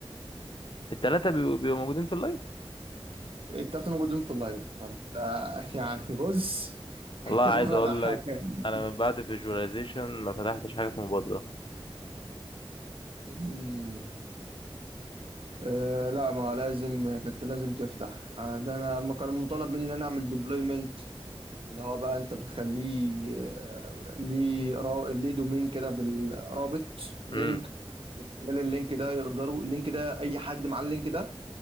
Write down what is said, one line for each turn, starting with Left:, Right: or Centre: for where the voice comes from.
Left: التلاتة بيبقوا بيبقوا موجودين في اللايف
Right: الثلاثه موجودين في اللايف فانت <laughs> يعني بص هتبقى
Left: والله عايز
Right: مدعكه
Left: اقول لك
Right: <laughs>
Left: انا من بعد فيجواليزيشن ما فتحتش حاجة في مبادرة
Right: أمم. آه لا ما لازم كنت لازم تفتح آه، ده انا ما كان مطالب مني ان انا اعمل ديبلويمنت اللي هو بقى انت بتخليه آه، ليه را- ليه دومين كده بالرابط لينك
Left: امم
Right: من خلال اللينك ده يقدروا اللينك ده اي حد مع اللينك ده